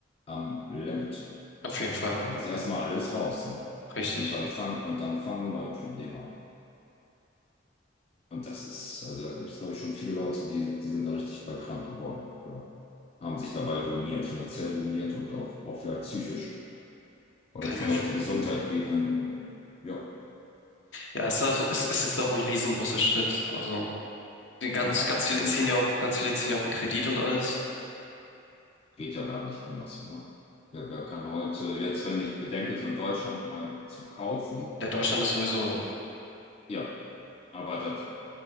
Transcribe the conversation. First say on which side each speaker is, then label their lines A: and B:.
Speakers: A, on the left; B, on the left.
A: am Limit.
B: Auf jeden Fall.
A: Dann ist erstmal alles raus, ne?
B: Richtig.
A: Und dann fangen, und dann fangen neue Probleme an. Und das ist, also da gibt es, glaube ich, schon viele Leute, die, die sind da richtig bei krank geworden. Ja. Haben sich dabei ruiniert, finanziell ruiniert und auch, auch vielleicht psychisch. weil
B: Kann
A: das voll
B: ich mir... f-
A: auf die Gesundheit geht, wenn du, ja,
B: Ja, es ist, auch, so, es es ist auch ein riesengroßer Schritt. Also, die ganz,
A: ja,
B: ganz viele
A: Immo
B: ziehen ja auch, ganz viele ziehen ja auch einen Kredit und alles.
A: geht ja gar nicht anders, oder? Wer, wer kann heute, jetzt, wenn ich bedenke, so in Deutschland mal zu kaufen,
B: Der Deutschland ist sowieso,
A: ja, aber das,